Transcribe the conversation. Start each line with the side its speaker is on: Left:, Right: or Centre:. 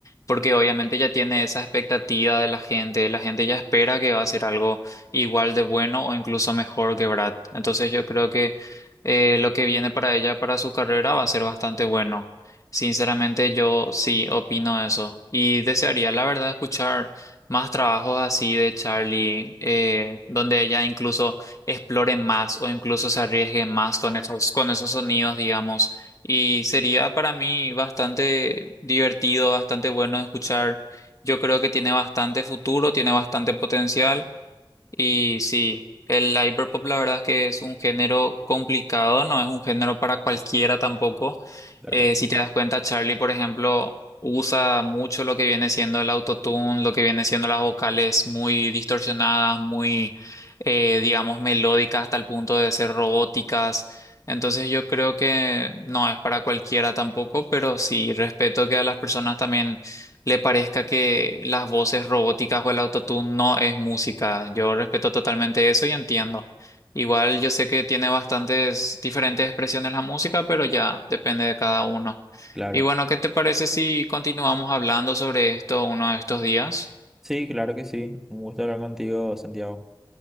Left: porque obviamente ya tiene esa expectativa de la gente, la gente ya espera que va a ser algo igual de bueno o incluso mejor que Brad. Entonces yo creo que eh, lo que viene para ella, para su carrera, va a ser bastante bueno. Sinceramente yo sí opino eso y desearía la verdad escuchar más trabajos así de Charlie, eh, donde ella incluso explore más o incluso se arriesgue más con esos, con esos sonidos, digamos. Y sería para mí bastante divertido, bastante bueno de escuchar. Yo creo que tiene bastante futuro, tiene bastante potencial. Y sí, el hyperpop la verdad es que es un género complicado, no es un género para cualquiera tampoco.
Centre: Claro,
Left: Eh, si te das cuenta, Charlie, por ejemplo, usa mucho lo que viene siendo el autotune, lo que viene siendo las vocales muy distorsionadas, muy, eh, digamos, melódicas hasta el punto de ser robóticas. Entonces yo creo que no es para cualquiera tampoco, pero sí respeto que a las personas también le parezca que las voces robóticas o el autotune no es música. Yo respeto totalmente eso y entiendo. Igual yo sé que tiene bastantes diferentes expresiones la música, pero ya depende de cada uno.
Centre: claro.
Left: Y bueno, ¿qué te parece si continuamos hablando sobre esto uno de estos días?
Centre: Sí, claro que sí. Un gusto hablar contigo, Santiago.